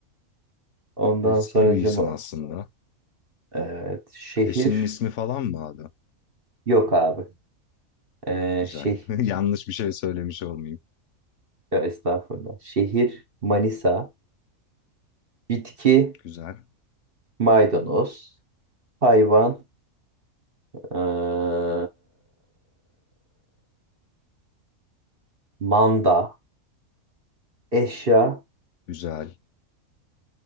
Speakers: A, on the right (about 40°); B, on the left (about 60°).
A: Ondan
B: Riskli
A: sonracıma
B: bir isim aslında.
A: evet, şehir
B: Eşinin ismi falan mı abi?
A: yok abi.
B: Ha,
A: Ee,
B: güzel.
A: şey
B: <laughs> Yanlış bir şey söylemiş olmayayım.
A: ya estağfurullah. Şehir Manisa. Bitki
B: Güzel.
A: maydanoz. Hayvan ee, manda. Eşya
B: Güzel.